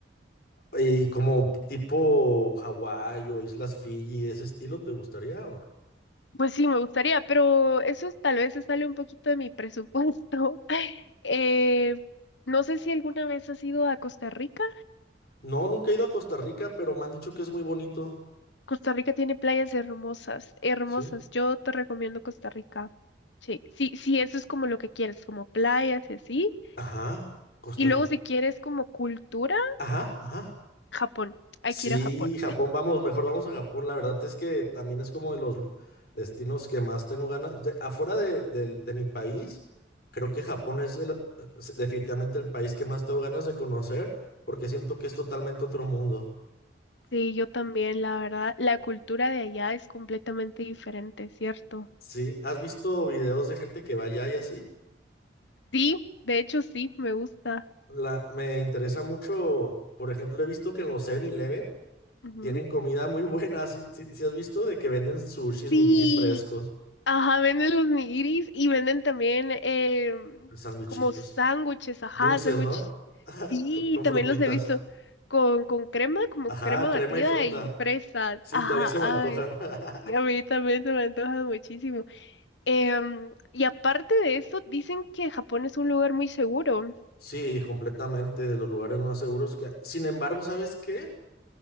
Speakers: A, on the left; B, on the left.
A: Y como tipo Hawái o Islas Fiji, ¿ese estilo te gustaría o no?
B: Pues sí, me gustaría, pero eso es- tal vez se sale un poquito de mi presupuesto. <laughs> Eh, no sé si alguna vez has ido a Costa Rica.
A: No, nunca he ido a Costa Rica, pero me han dicho que es muy bonito.
B: Costa Rica tiene playas hermosas, hermosas.
A: Sí.
B: Yo te recomiendo Costa Rica. Sí, sí, sí, eso es como lo que quieres, como playas y así.
A: Ajá, Costa
B: Y luego
A: Rica.
B: si quieres como cultura,
A: Ajá, ajá.
B: Japón. Hay
A: Sí,
B: que ir a Japón.
A: Japón, vamos, mejor vamos a Japón. La verdad es que también es como de los destinos que más tengo ganas. de- afuera de, del- de mi país, creo que Japón es el- es definitivamente el país que más tengo ganas de conocer porque siento que es totalmente otro mundo.
B: Sí, yo también, la verdad, la cultura de allá es completamente diferente, ¿cierto?
A: Sí, ¿has visto videos de gente que va allá y así?
B: Sí, de hecho sí, me gusta.
A: La, me interesa mucho, por ejemplo, he visto que en los Seven eleven
B: Ujú.
A: tienen comida muy <laughs> buena. Si has visto de que venden sushis,
B: Sí,
A: nigiris frescos,
B: Ajá, venden los nigiris y venden también eh,
A: sándwichitos?
B: como sándwiches, ajá,
A: Dulces,
B: sándwiches.
A: ¿no? <laughs>
B: Sí,
A: Con, con
B: también
A: frutitas.
B: los he visto con, con crema, como
A: Ajá,
B: crema batida
A: crema y fruta.
B: y fresas.
A: Sí,
B: Ajá,
A: también se
B: ay,
A: me antojan. <laughs>
B: y a mí también se me antoja muchísimo. Em, y aparte de eso, dicen que Japón es un lugar muy seguro.
A: Sí, completamente de los lugares más seguros que hay. Sin embargo, ¿sabes qué?